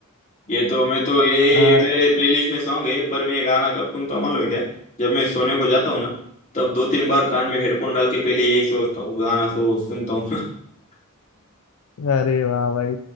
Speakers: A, on the left; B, on the left.
A: ये तो मैं तो ये
B: आ,
A: ये मेरे प्लेलिस्ट में सॉन्ग है पर मैं ये गाना कब सुनता हूँ मालूम है क्या जब मैं सोने को जाता हूँ ना तब दो तीन बार कान में हेडफोन डाल के पहले यही सोचता हूँ गाना सो सुनता हूँ <laughs>
B: अरे वाह भाई